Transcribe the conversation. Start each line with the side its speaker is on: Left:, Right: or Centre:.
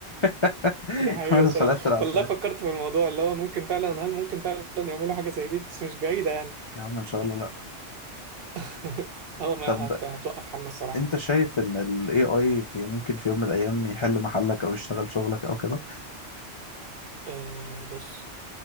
Left: <laughs>
Right: ده حقيقي
Left: يعملوا
Right: الصراحة
Left: فلاتر على
Right: والله
Left: الفلاتر
Right: فكرت في الموضوع اللي هو ممكن فعلا هل ممكن فعلا يعملوا حاجة زي دي بس مش بعيدة يعني
Left: يا عم ان شاء الله لا
Right: <laughs> اه ما
Left: طب
Right: هت... هتوقف حالنا الصراحة
Left: انت شايف ان الاي اي في ممكن في يوم من الايام يحل محلك او يشتغل شغلك او كده
Right: أه بص